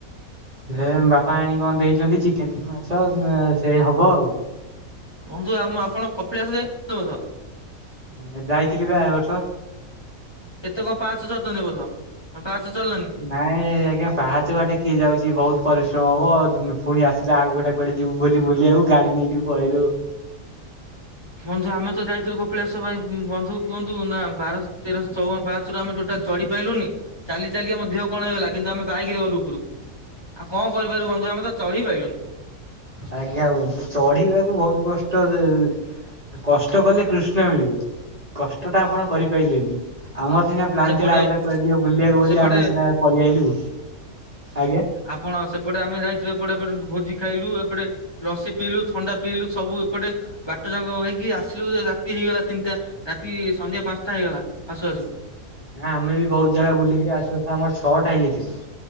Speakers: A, on the right; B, on the left.
A: ସେ ବାପା ଆଣିକି କଣ ଦେଇଛନ୍ତି ଚିକେନ କି ମାଛ ସେଇ ହବ ଆଉ।
B: ବନ୍ଧୁ ଆମ ଆପଣ କପିଳାସ ଯାଇ ଚନ୍ତି ଏ ବର୍ଷ।
A: ହେ ଯାଇଥିଲି ବା। ଏ ବର୍ଷ।
B: କେତେ କଣ ପାହାଚ ଚଡ଼ଚନ୍ତି ଏ ବର୍ଷ ନା ପାହାଚ ଚଲିଲେନି?
A: ନାଇଁ ଆଜ୍ଞା ପାହାଚ ବାଟେ କିଏ ଯାଉଛି ବହୁତ ପରିଶ୍ରମ ହବ ପୁଣି ଆସିଲେ ଆଉ ଗୋଟେ କୁଆଡେ ଯିବୁ ବୋଲି ବୁଲିବାକୁ ଗାଡି ନେଇକିରି ପଳେଇଲୁ।
B: ବନ୍ଧୁ ଆମେ ତ ଯାଇଥିଲୁ କପିଳାସ ଭାଇ ବନ୍ଧୁ କୁହନ୍ତୁ ନା ବାରଶହ ତେରଶହ ଚଉବନ ପାହଚରୁ ଆମେ ଟୋଟାଲ ଚଢି ପାଇଲୁନି ଚାଲି ଚାଲିକି ଆମ ଦେହ କଣ ହେଇଗଲା କିନ୍ତୁ ଆମେ ବାଇକ ରେ ଗଲୁ ଉପରୁକୁ। ଆଉ କଣ କରିପାରିବୁ ବନ୍ଧୁ ଆମେ ତ ଚଢି ପାଇଲୁନି।
A: ଆଜ୍ଞା ବନ୍ଧୁ ଚଢିବାକୁ ବହୁତ କଷ୍ଟ ଯେ କଷ୍ଟ କଲେ କୃଷ୍ଣ ମିଳିବେ କଷ୍ଟ ଟା ଆପଣ କରିପାରିଲେନି ଆମର ସିନା ପ୍ଲାନ୍
B: ସେପଟେ
A: ଥିଲା ଆଉ ଗୋଟେ କୁଆଡେ ଯେ ବୁଲିବାକୁ ବୋଲି
B: ସେପଟେ
A: ଆମେ ସିନା ପଳୀ ଆଇଲୁ ଆଜ୍ଞା।
B: ଆପଣ ସେପଟେ ଆମେ ଯାଇଥିଲୁ ଏପଟେଟେ ଭୋଜି ଖାଇଲୁ ଏପଟେ ରସି ପିଇଲୁ ଥଣ୍ଡା ପିଇଲୁ ସବୁ ଏପଟେ ବାଟ ଯାକ ହେଇକି ଆସିଲୁ ରାତି ହେଇଗଲା ତିନିଟା। ରାତି ସନ୍ଧ୍ୟା ପାଞ୍ଚଟା ହେଇଗଲା ଆସୁ ଆସୁ।
A: ହଁ ଆମେ ବି ବହୁତ ଜାଗା ବୁଲିକିରି ଆସୁ ଆସୁ ଆମର ଛଅଟା ହେଇଯାଇଥିଲା।